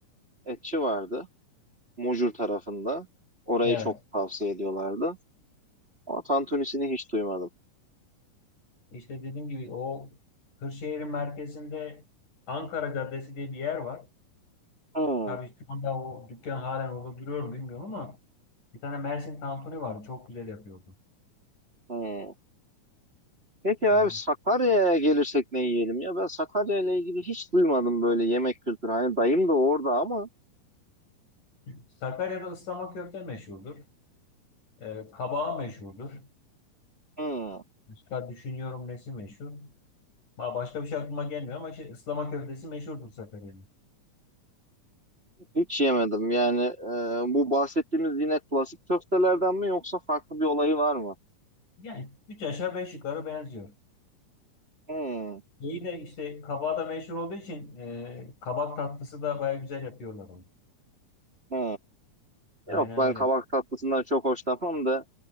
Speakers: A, on the right; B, on the left.
A: Etçi vardı. Mucur tarafında. Orayı
B: Evet.
A: çok tavsiye ediyorlardı. Ama tantunisini hiç duymadım.
B: İşte dediğim gibi o Kırşehir'in merkezinde Ankara Caddesi diye bir yer var.
A: Hı,
B: Tabii şu anda o dükkan halen orada duruyor mu bilmiyorum ama bir tane Mersin tantuni vardı. Çok güzel yapıyordu.
A: hı. Peki abi
B: Yani.
A: Sakarya'ya gelirsek ne yiyelim ya? Ben Sakarya ile ilgili hiç duymadım böyle yemek kültürü. Hani dayım da orada ama
B: Sakarya'da ıslama köfte meşhurdur. Ee, kabağı meşhurdur.
A: hı,
B: Başka düşünüyorum nesi meşhur. Ba- Başka bir şey aklıma gelmiyor ama şey, ıslama köftesi meşhurdur Sakarya'nın.
A: hiç yemedim. Yani e, bu bahsettiğimiz yine klasik köftelerden mi yoksa farklı bir olayı var mı?
B: Yani üç aşağı beş yukarı benziyor.
A: Hı,
B: İyi de işte kabağı da meşhur olduğu için e, kabak tatlısı da baya güzel yapıyorlar onu.
A: hı.
B: Aynen
A: Yok ben
B: öyle.
A: kabak tatlısından çok hoşlanmam da